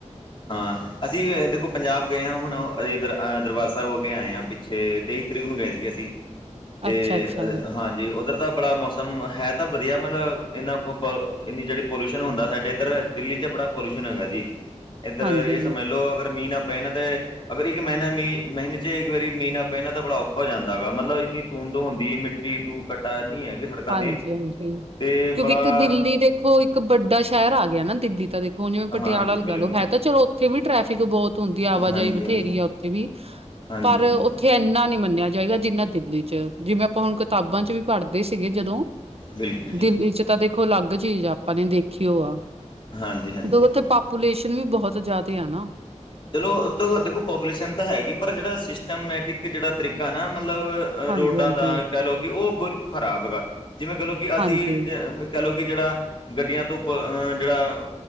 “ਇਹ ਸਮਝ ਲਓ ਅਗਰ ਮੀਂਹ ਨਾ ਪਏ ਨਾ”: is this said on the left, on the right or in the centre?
Left